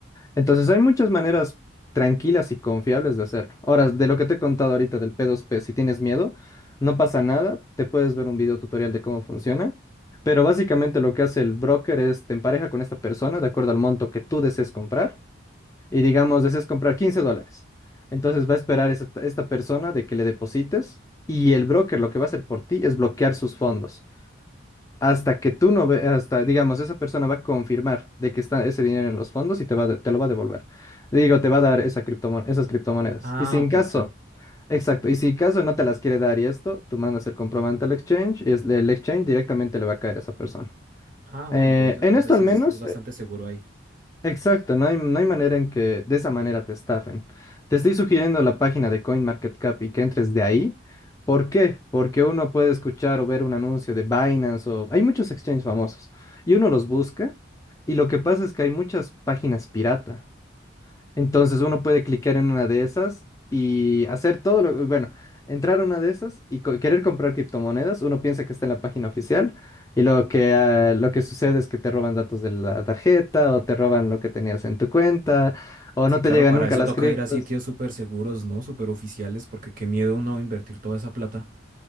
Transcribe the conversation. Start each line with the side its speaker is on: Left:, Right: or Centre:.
Left: Entonces hay muchas maneras tranquilas y confiables de hacerlo. Ahora, de lo que te he contado ahorita del P2P, si tienes miedo, no pasa nada, te puedes ver un video tutorial de cómo funciona, pero básicamente lo que hace el broker es te empareja con esta persona de acuerdo al monto que tú desees comprar y digamos desees comprar 15 dólares. Entonces va a esperar esa- esta persona de que le deposites y el broker lo que va a hacer por ti es bloquear sus fondos hasta que tú no ve, hasta, digamos, esa persona va a confirmar de que está ese dinero en los fondos y te va a de- te lo va a devolver. Digo, te va a dar esa criptomo- esas criptomonedas.
Right: ah,
Left: Y si en
Right: ok,
Left: caso,
Right: claro.
Left: exacto, y si en caso no te las quiere dar y esto, tú mandas el comprobante al exchange y es- el exchange directamente le va a caer a esa persona.
Right: Ah, bueno,
Left: Eh,
Right: entonces,
Left: en
Right: entonces
Left: esto al
Right: sí
Left: menos,
Right: es, sí es bastante seguro ahí.
Left: Exacto, no hay, no hay manera en que de esa manera te estafen. Te estoy sugiriendo la página de CoinMarketCap y que entres de ahí. ¿Por qué? Porque uno puede escuchar o ver un anuncio de Binance o hay muchos exchanges famosos y uno los busca y lo que pasa es que hay muchas páginas pirata. Entonces uno puede clicar en una de esas y hacer todo lo, bueno, entrar a una de esas y co- querer comprar criptomonedas. Uno piensa que está en la página oficial y lo que, ah, lo que sucede es que te roban datos de la tarjeta o te roban lo que tenías en tu cuenta o
Right: Sí,
Left: no
Right: claro,
Left: te llegan
Right: para
Left: nunca
Right: eso
Left: las
Right: toca
Left: criptos.
Right: ir a sitios súper seguros, ¿no? Súper oficiales, porque qué miedo uno invertir toda esa plata.